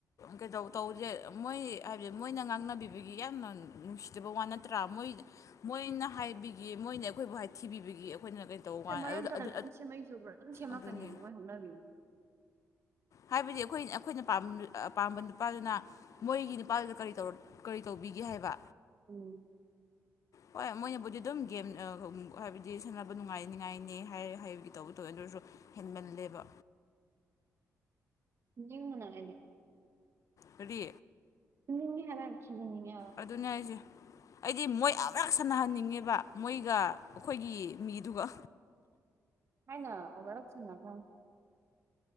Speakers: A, on the left; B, on the right.
A: ꯀꯩꯗꯧ ꯇꯧꯁꯦ ꯃꯣꯏ ꯍꯥꯏꯕꯗꯤ ꯃꯣꯏꯅ ꯉꯥꯡꯅꯕꯤꯕꯒꯤ ꯌꯥꯝꯅ ꯅꯨꯡꯁꯤꯗꯕ ꯋꯥ ꯅꯠꯇ꯭ꯔꯥ ꯃꯣꯏ ꯃꯣꯏꯅ ꯍꯥꯏꯕꯒꯤ ꯃꯣꯏꯅ ꯑꯩꯈꯣꯏꯕꯨ ꯍꯥꯏ ꯊꯤꯕꯤꯕꯒꯤ ꯑꯩꯈꯣꯏꯅ ꯇꯧꯕ
B: ꯑꯦ
A: ꯋꯥꯅꯤ
B: ꯃꯔꯝ
A: ꯑꯗꯨ
B: ꯆꯥꯗꯅ ꯑꯗꯨꯝ ꯁꯦꯝꯃꯩ ꯆꯨꯕ꯭ꯔꯥ ꯑꯗꯨꯝ ꯁꯦꯝꯃꯛꯀꯅꯦꯕ
A: ꯑꯗꯨꯅꯦ
B: ꯃꯣꯏ ꯍꯧꯅꯕꯤꯅꯦ ꯫
A: ꯍꯥꯏꯕꯗꯤ ꯑꯩꯈꯣꯏ ꯑꯩꯈꯣꯏꯅ ꯄꯥꯝꯕ ꯅꯨꯄꯥꯗꯨꯅ ꯃꯣꯏꯒꯤ ꯅꯨꯄꯥꯗꯨꯗ ꯀꯔꯤ ꯀꯔꯤ ꯇꯧꯕꯤꯒꯦ ꯍꯥꯏꯕ
B: ꯎꯝ
A: ꯍꯣꯏ ꯃꯣꯏꯅꯕꯨꯗꯤ ꯑꯗꯨꯝ ꯒꯦꯝ ꯍꯥꯏꯕꯗꯤ ꯁꯥꯟꯅꯕ ꯅꯨꯡꯉꯥꯏ ꯉꯥꯏꯅꯤ ꯍꯥꯏꯔ ꯍꯥꯏꯕꯗꯤ ꯇꯧꯕ ꯇꯧꯋꯦ ꯑꯗꯨ ꯑꯣꯏꯔꯁꯨ ꯍꯦꯟꯃꯜꯂꯦꯕ
B: ꯐꯨꯅꯤꯡꯕꯅ ꯑꯩꯗꯤ
A: ꯀꯔꯤ
B: <unintelligible>
A: ꯑꯗꯨꯅꯦ ꯑꯩꯁꯦ꯫ ꯑꯩꯗꯤ ꯃꯣꯏ ꯑꯃꯨꯔꯛ ꯁꯥꯟꯅꯍꯟꯅꯤꯡꯉꯦꯕ ꯃꯣꯏꯒ ꯑꯩꯈꯣꯏꯒꯤ ꯃꯤꯗꯨꯒ
B: ꯑꯩꯅꯥ ꯑꯃꯨꯔꯛ ꯁꯅꯈꯔ꯭ꯃꯤ꯫